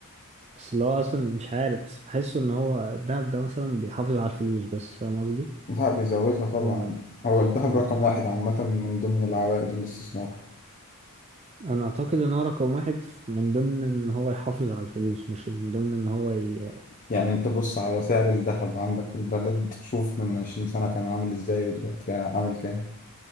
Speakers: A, on the right; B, on the left.
A: بس اللي هو اصلا مش عارف بس بحس ان هو الذهب ده مثلا بيحافظ على الفلوس بس فاهم قصدي
B: لا بيزودها طبعا
A: انا
B: هو الذهب
A: ما
B: رقم
A: اعتقد
B: واحد عامة من ضمن العوائد الاستثمار
A: انا اعتقد ان هو رقم واحد ف- من ضمن ان هو يحافظ على الفلوس مش من ضمن ان هو ي...
B: يعني انت بص على سعر الذهب عندك في البلد شوف من عشرين سنة كان عامل ازاي ودلوقتي عامل كام